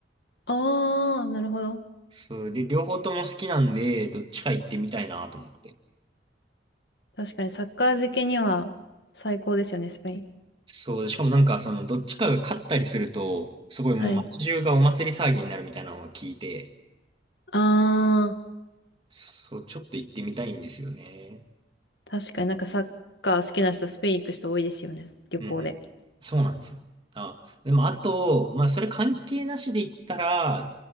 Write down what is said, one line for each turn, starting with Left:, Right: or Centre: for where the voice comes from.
Left: ああ、なるほど。
Right: そうで、両方とも好きなんで、どっちか行ってみたいなと思って。
Left: 確かにサッカー好きには最高ですよね、スペイン。
Right: そう、しかもなんか、その、どっちかが勝ったりすると、すごいもう街中がお祭り騒ぎになるみたいなのを聞いて、
Left: はい。あ
Right: そう、ちょっと行ってみたいんですよね。
Left: ー、確かになんかサッカー好きな人、スペイン行く人多いですよね、旅行で。
Right: うんうん。そうなんですよ。あ、でもあと、まあ、それ関係なしで言ったら、